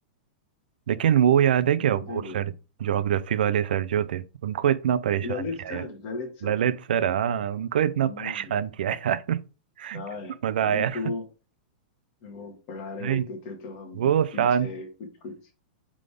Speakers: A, on the right; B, on the left.
A: लेकिन वो याद है क्या
B: गजब
A: वो
B: यार
A: सर ज्योग्राफी वाले सर जो थे उनको इतना परेशान
B: Lalit
A: किया
B: sir Lalit sir
A: ललित सर हाँ उनको इतना
B: हम्म
A: परेशान किया यार <laughs> कितना
B: हाँ यार
A: मजा आया
B: उनके वो वो पढ़ा रहे
A: नहीं
B: होते थे तो हम
A: वो
B: पीछे
A: शांत
B: कुछ कुछ